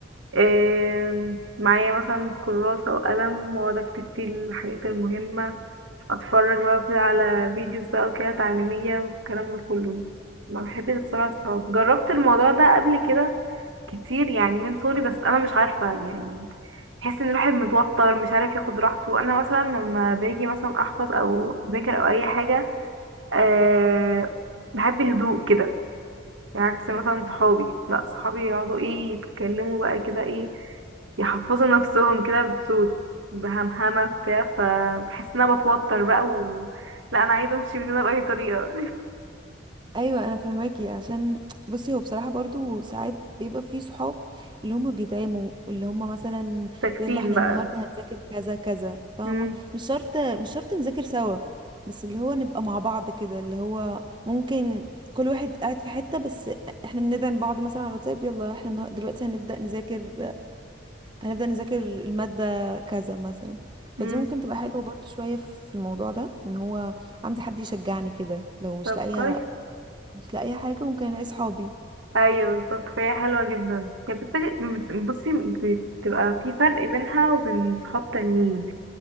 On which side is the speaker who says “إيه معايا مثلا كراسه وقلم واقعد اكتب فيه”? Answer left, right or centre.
Right